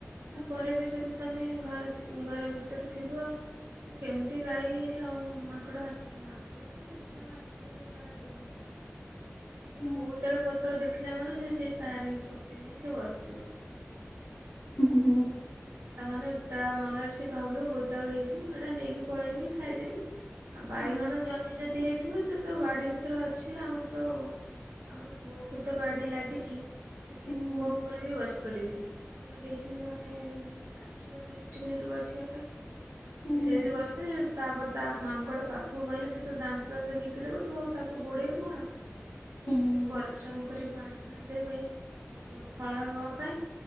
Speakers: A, on the right; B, on the left.
A: ତାପରେ
B: ହୁଁ।
A: ବି ଯଦି ତମେ ଘରେ ଥି ଘରେ ଭି ତରେ ଥିବ ସେ କେମିତି ଗାଈ ଆଉ ମାଙ୍କଡ଼ ଆସ ମାଙ୍କଡ଼ ତ ନିଶ୍ଚୟ ତ ଆସିବେ ଖରା ଦିନ ମାନେ। ସିଏ
B: ହୁଁ
A: ବୋଇତାଳୁ ପତ୍ର ଦେଖିଲା ମାନେ ସେ ସେଇ ତାରି କତିରେ ହିଁ ସେ ବସିଥିବ।
B: ହୁଁ
A: ତାମାନେ ତା ମନରେ ସିଏ ଭାବିବ ବୋଇତାଳୁ ହେଇଛି ମୁଁ ଏଇଟା ନେଇକି ପଳେଇମି ଖାଇଦେମି। ଆଉ ବାଇଗଣ
B: ହୁଁ
A: ଜହ୍ନି ଯଦି ହେଇଥିବ ସେ ତ ବାଡ଼ି ଭିତରେ ଅଛି ଆମର ତ ଆମର କୂଅକୁ ତ ବାଡ଼ି ଲାଗିଛି। ସେ ସେ
B: ହୁଁ।
A: କୂଅ ଉପରେ ବି ବସି ପଡ଼ିବେ ଆମର ହେଇଛିିବି ମାନେ ପାଚେରୀ ଭଳିଆ ହେଇଛି ଟିକେ ସେଇଠି ବସିବା ପାଇଁ
B: ହୁଁ
A: ସେ ସେଇଠି ବସିଥିବେ ତାପରେ ତା ମାଙ୍କଡ ପାଖକୁ ଗଲେ ସେ ତ ଦାନ୍ତ ରେ ନିକିଡିବ ତୁ ଆଉ ତାକୁ ଗୋଡ଼େଇବୁ କଣ? ସେ
B: ହୁଁ
A: ଏମିତି ପରିଶ୍ରମ କରି ପାଣି ଆଣିଦେବେ ଫଳ ହେବା ପାଇଁ